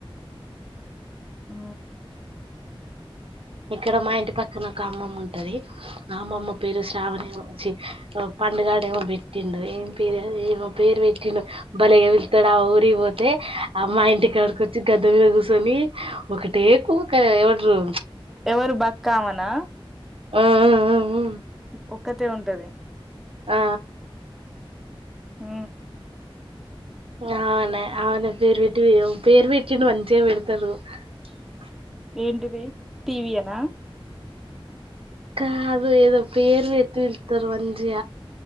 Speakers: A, in the centre; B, on the right.
A: ఆ
B: ఇక్కడ మా ఇంటి పక్కన ఒక అమ్మమ్మ ఉంటది అమ్మమ్మ పేరు శ్రావణ్ ఏమో చ్చి పండుగాడేమో పెట్టిండు ఏం పేరు ఏమో పేరు పెట్టిండు బలేగ పిలు అక్కడ ఆ ఊరిగిపోతే ఆ మా ఇంటి కాడికొచ్చి గద్దె మీద కూచొని ఒకటే కూక ఎమంటరు
A: ఎవరు బక్క ఆమెనా
B: ఆ ఆ ఆఅ
A: ఓ ఒక్కతే ఉంటది
B: ఆ
A: హ
B: అవున అవునా పేరు పెట్టి పేరు పెట్టిని మంచిగా పెడతారు <unintelligible>
A: ఏంటిది టీవీయనా
B: కాదు ఏదో పేరు పెట్టి పిలుతరు మంచిగ